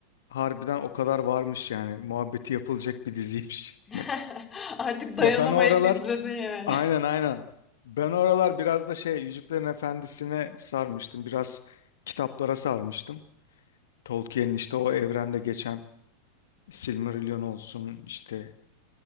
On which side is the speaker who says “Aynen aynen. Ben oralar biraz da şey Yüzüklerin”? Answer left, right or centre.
Left